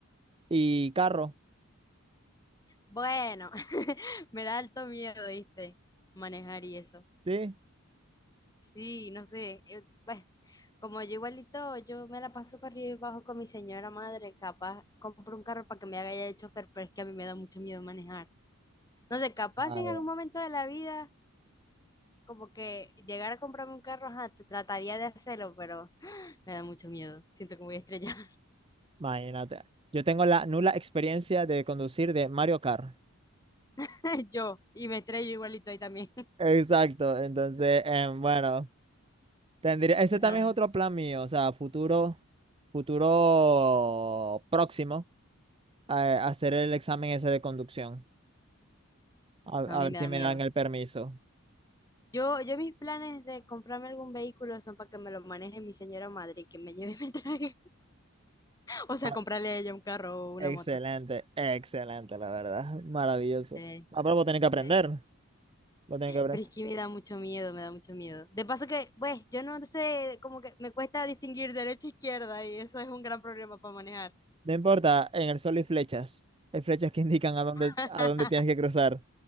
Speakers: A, on the right; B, on the left.
A: y carro,
B: Bueno. Me da alto miedo, ¿viste? Manejar y eso.
A: ¿sí?
B: Sí, no sé. eh, Pues, como yo igualito, yo me la paso para arriba y abajo con mi señora madre. Capaz compro un carro para que me haga ya de chofer, pero es que a mí me da mucho miedo manejar. No sé, capaz
A: Ah,
B: si en
A: ya.
B: algún momento de la vida, como que llegar a comprarme un carro, ajá, t- trataría de hacerlo, pero me da mucho miedo. Siento que me voy a estrellar
A: Imagínate. Yo tengo la nula experiencia de conducir de Mario Kart.
B: <laughs> yo y me estrello igualito ahí también. <laughs>
A: Exacto, entonces, em, bueno, tendría, ese
B: Nada,
A: también es otro plan mío, o sea, futuro, futuro próximo, a- hacer el examen ese de conducción, a, a
B: no, a mí
A: ver
B: me
A: si
B: da
A: me
B: miedo.
A: dan el permiso.
B: Yo, yo mis planes de comprarme algún vehículo son para que me lo maneje mi señora madre, y que me lleve y me traiga. <laughs> O sea,
A: Ma-
B: comprarle a ella un carro o una
A: Excelente,
B: moto.
A: excelente, la verdad, <laughs> maravilloso.
B: Sí,
A: Ah, pero vos tenés que aprender,
B: sí.
A: vos tenés que aprender.
B: Pero es que me da mucho miedo, me da mucho miedo. De paso que, pues, yo no sé, como que me cuesta distinguir derecha e izquierda y eso es un gran problema para manejar.
A: No importa, en el sol hay flechas, hay flechas que <laughs> indican a dónde,
B: <laughs>
A: a dónde tienes que cruzar,